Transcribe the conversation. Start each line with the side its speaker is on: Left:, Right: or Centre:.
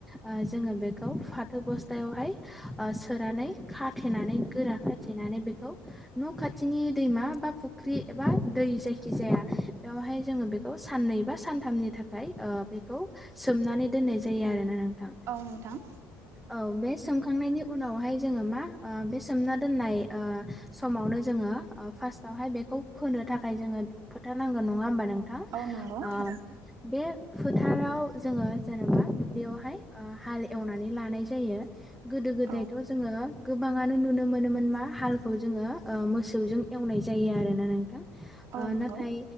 Centre: ओ जोङो बेखौ फाथो बस्थायावहाय। ओ सोरानै खाथेनानै गोरा खाथेनानै बेखौ न' खाथिनि दैमा बा फुख्रि एबा दै जायखि जाया बेवहाय जोङो बेख खौ साननै बा सानथामनि थाखाय बेखौ सोमनानै दोननाय जायो आरोना नोंथां।
Right: औ नोंथां।
Centre: औ बे सों सुखांनायनि उनावहाय जोङो मा ओ बे सोमना दोननाय समावनो जोङो। ओ फार्स्टावहाय बेखौ फोनो थाखाय जोङो फोथारनांगोन नङा होमबा नोंथां
Right: औ नंगौ
Centre: ओ
Right: थारैनो
Centre: बे फोथाराव जोङो जेनबा दुब्लियावहाय ओ हाल एवनानै लानाय जायो गोदो गोदायथ'
Right: औ
Centre: ज जोङो गोबाङानो नुनो मोनोमोन मा हालखौ जोङो ओ मोसौजों एवनाय जायो आरोना नोंथां। ओ
Right: औ नंगौ
Centre: नाथाय